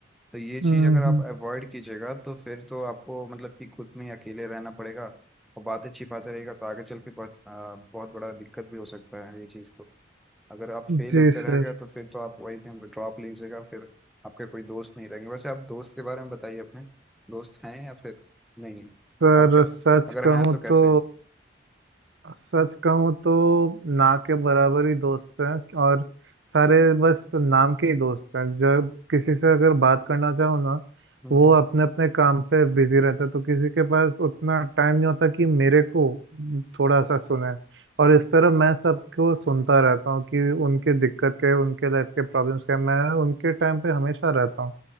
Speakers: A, in the centre; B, on the right.
A: तो ये चीज
B: हम्म,
A: अगर आप
B: हम्म।
A: अवॉइड कीजिएगा तो फिर तो आपको मतलब कि खुद में ही अकेले रहना पड़ेगा और बातें छिपाते रहेगा तो आगे चल के बहुत आ, बहुत बड़ा दिक्कत भी हो सकता है ये चीज को अगर आप फेल
B: जी
A: होते रह
B: सर
A: गए तो फिर तो आप वही टाइम ड्रॉप लीजिएगा फिर आपके कोई दोस्त नहीं रहेंगे वैसे आप दोस्त के बारे में बताइए अपने दोस्त हैं या फिर नहीं है
B: सर
A: और क-
B: सच
A: अगर
B: कहूँ
A: हैं तो कैसे
B: तो
A: हैं
B: सच कहूँ तो ना के बराबर ही दोस्त हैं और सारे बस नाम के ही दोस्त हैं जब किसी से अगर बात करना चाहो ना
A: हम्म
B: वो अपने अपने काम पे बिजी रहते हैं तो किसी के पास उतना टाइम नहीं होता कि मेरे को थोड़ा सा सुने और इस तरह मैं सबको सुनता रहता हूँ कि उनके दिक्कत क्या है उनके लाइफ के प्रॉब्लम्स क्या है मैं उनके टाइम पे हमेशा रहता हूँ